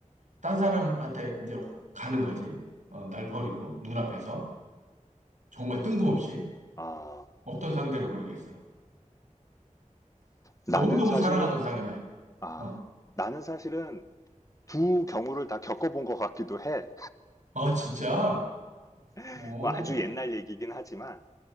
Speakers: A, on the right; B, on the left.
A: 딴 사람한테 이제 가는 거지. 어, 날 버리고 눈앞에서. 정말 뜬금없이
B: 아,
A: 어떤 상대로 모르겠어.
B: 나는
A: 너무너무
B: 사실은,
A: 사랑하던 사람이야.
B: 아,
A: 어.
B: 나는 사실은 두 경우를 다 겪어본 것 같기도 해.
A: 아, 진짜?
B: <laughs>
A: 오,
B: 뭐 아주 옛날 얘기긴 하지만.